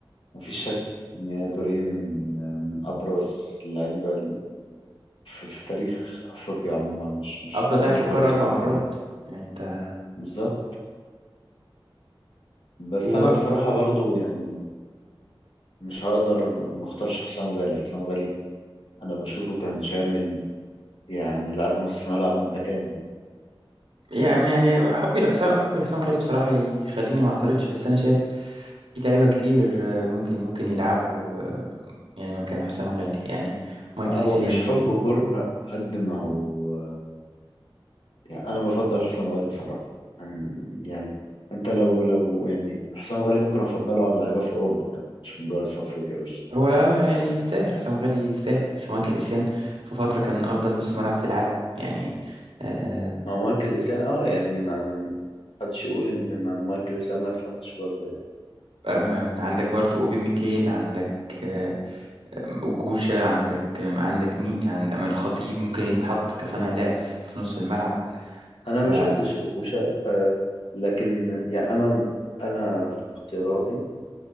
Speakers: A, on the left (about 70°); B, on the right (about 85°).
A: مفيش شك إن يا توري من آه، من ابرز اللعيبه ال- في... في تاريخ افريقيا عموما مش مش
B: افضل
A: في
B: لاعب
A: مركز
B: في القاره
A: نص
B: اربع
A: الملعب
B: مرات
A: بس
B: يعني انت
A: بالظبط بس
B: و...
A: انا بصراحة برضو يعني مش هقدر ما اختارش حسام غالي حسام غالي انا بشوفه كان شامل يعني لاعب نص ملعب متكامل
B: يعني يعني حبي لحسام حبي لحسام غالي بصراحه يخليني ما اعترضش بس انا شايف في لعيبه كتير آه، ممكن ممكن يلعبوا آه، يعني مكان حسام غالي يعني مايكل
A: لا هو
B: اسيان
A: مش حب وكره قد ما هو يعني انا بفضل حسام غالي بصراحة عن يعني انت لو لو يعني حسام غالي ممكن افضله على لعيبة في اوروبا كمان مش مجرد في افريقيا بس
B: هو يعني يستاهل حسام غالي يستاهل بس مايكل إيسيان في فترة كان أفضل نص ملعب في العالم يعني آه،
A: مع مايكل اسام اه يعني ما حدش يقول ان ما مايكل اسام ما يتحطش برضه
B: ما- عندك برضو أوبي ميكيل عندك آه، أوكوشا عندك عندك مين عند أما الخطيب ممكن يتحط كصانع لعب في نص الملعب
A: انا
B: ف-
A: ما شفتش اوكوشا آه لكن يعني انا انا في اختياراتي